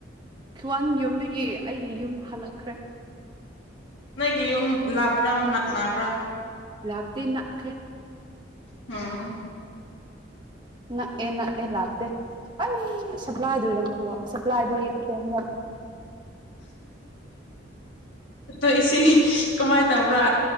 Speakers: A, on the right (about 25°); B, on the left (about 70°).
A: ꯭ꯋꯥꯟ ꯌꯨꯝꯗꯒꯤ ꯑꯩꯒꯤ ꯌꯨꯝ ꯍꯜꯂꯛꯈ꯭ꯔꯦ
B: ꯅꯣꯏꯒꯤ ꯌꯨꯝ ꯂꯥꯕ꯭ꯔꯥ ꯅꯛꯅꯕ꯭ꯔꯥ
A: ꯂꯥꯞꯇꯅ ꯈꯦ
B: ꯑꯝ
A: ꯑꯦꯅ ꯑꯦ ꯂꯥꯛ <unintelligible> ꯑꯩ ꯁꯄ꯭ꯂꯥꯏꯗꯨꯔ ꯁꯄ꯭ꯂꯥꯏꯗꯨ ꯐꯣꯝ
B: ꯑꯗꯣ ꯏꯁꯤꯡ ꯀꯃꯥꯏꯅ ꯇꯧꯕ꯭ꯔꯥ